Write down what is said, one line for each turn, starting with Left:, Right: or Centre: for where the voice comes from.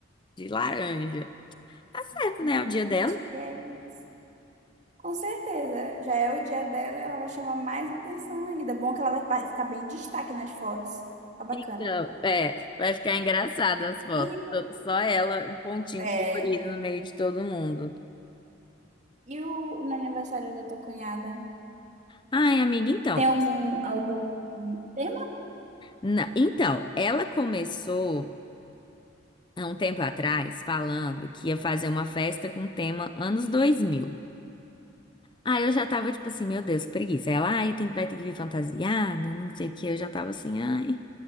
Left: de laranja. Tá certo,
Right: <laughs> Gente,
Left: né? É o dia dela.
Right: que é isso? Com certeza, já é o dia dela, ela vai chamar mais atenção ainda. Bom que ela vai pa- ficar bem em destaque nas fotos. Tá bacana.
Left: Então, é, vai ficar engraçado as fotos.
Right: E,
Left: Só
Right: o-
Left: só ela, um pontinho
Right: é,
Left: colorido no meio de todo mundo.
Right: e o, no aniversário da tua cunhada?
Left: Ai, amiga, então.
Right: Tem algum, algum tema?
Left: na- então, ela começou há um tempo atrás falando que ia fazer uma festa com tema anos 2000. Aí eu já tava tipo assim, meu Deus, que preguiça. Ela, ai, tem, que- vai ter que vir fantasiada, não sei o que. Eu já tava assim, ai.